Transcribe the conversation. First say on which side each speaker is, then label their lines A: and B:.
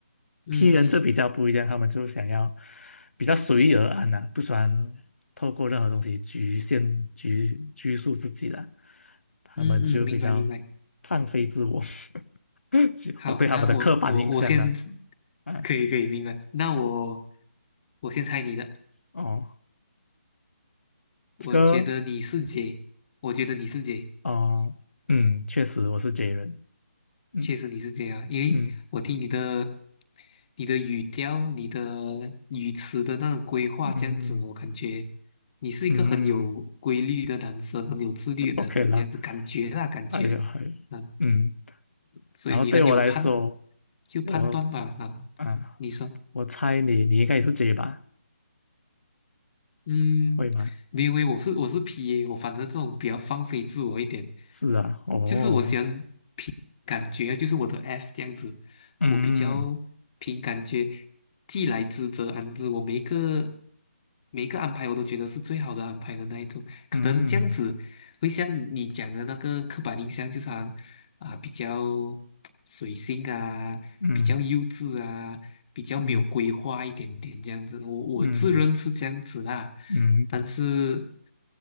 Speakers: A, on the left; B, on the left.
A: 嗯嗯
B: P 人就比较不一样，他们就想要比较随遇而安呐、不喜欢透过任何东西局限局拘束自己啦，他们就比较
A: 嗯嗯，明白明白。
B: 放飞自我。<laughs> 就我对他们的刻板印象呢，
A: 好，那我我我先，
B: 啊，
A: 可以可以明白。那我我先猜你的，
B: 哦，
A: 我觉得你是姐，
B: 这个，
A: 我觉得你是姐。
B: 哦，嗯，确实我是 J 人，嗯
A: 确实你是这样，因为我听你的、
B: 嗯
A: 你的语调、你的语词的那个规划这样子，
B: 嗯
A: 我感觉你是一个很有规律的男生，
B: 嗯
A: 很有自律的男生，
B: ，OK 啦，
A: 这样子感觉啦，感觉，
B: 哎呀，还，
A: 嗯，
B: 嗯，
A: 所以你很有判，
B: 然后对我来说，
A: 就判断吧，
B: 我
A: 啊，
B: 啊，
A: 你说。
B: 我猜你你应该也是 J 吧。
A: 嗯，
B: 会吗？
A: 你以为我是我是 PA，我反正这种比较放飞自我一点，
B: 是啊，哦，
A: 就是我喜欢凭感觉啊，就是我的 F 这样子，
B: 嗯
A: 我比较凭感觉，既来之则安之，我每一个每一个安排我都觉得是最好的安排的那一种，可能这样子会像你讲的那个刻板印象，
B: 嗯嗯
A: 就是好像啊比较随性啊，
B: 嗯
A: 比较幼稚啊，比较没有规划一点点这样子。
B: 嗯
A: 我我自认是这样子啦，
B: 嗯嗯
A: 但是